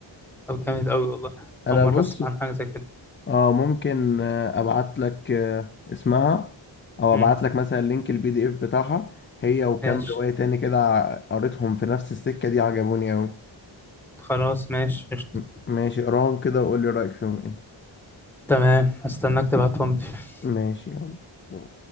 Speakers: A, in the centre; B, on the left.
A: طب جامد قوي والله
B: انا
A: أول مرة
B: بص
A: أسمع عن حاجة زي كده
B: اه ممكن آه، ابعت لك آه، اسمها او
A: امم
B: ابعت لك مثلا لينك البي دي اف بتاعها هي وكام
A: ماشي
B: رواية تاني كده ع- قريتهم في نفس السكة دي عجبوني اوي
A: خلاص ماشي قشطة
B: م- ماشي اقراهم كده وقول لي رأيك فيهم ايه
A: تمام هستناك تبعتهم لي
B: ماشي يلا